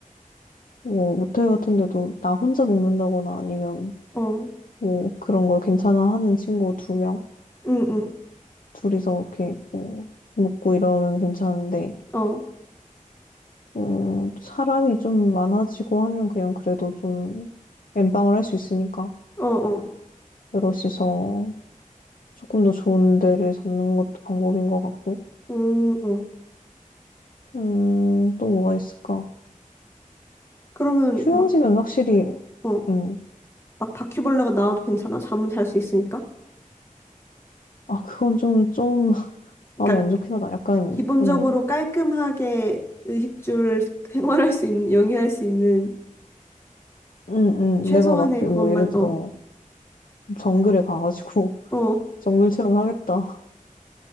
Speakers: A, on the left (about 75°); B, on the left (about 20°).
A: 뭐, 모텔 같은 데도 나 혼자 묵는다거나 아니면,
B: 어,
A: 뭐, 그런 걸 괜찮아 하는 친구 두 명,
B: 응, 응,
A: 둘이서 이렇게, 뭐, 묵고 이러면 괜찮은데,
B: 어,
A: 음, 사람이 좀 많아지고 하면 그냥 그래도 좀 엠빵을 할 수 있으니까
B: 어, 어,
A: 여럿이서 조금 더 좋은 데를 잡는 것도 방법인 것 같고
B: 음, 응.
A: 음, 또 뭐가 있을까?
B: 그러면
A: 휴양지면
B: 막,
A: 확실히
B: 어,
A: 음,
B: 막 바퀴벌레가 나와도 괜찮아? 잠은 잘 수 있으니까.
A: 아 그건 좀 좀 <laughs> 마음이
B: 그러니까
A: 안 좋긴 하다. 약간
B: 기본적으로
A: 음,
B: 깔끔하게 의식주를 <laughs> 생활할 수 있는, 영위할 수 있는
A: 음,
B: 최소한의
A: 음, 내가 막 뭐
B: 그것만,
A: 예를 들어
B: 어,
A: 정글에 가가지고 <laughs>
B: 어,
A: 정글 체험을 하겠다.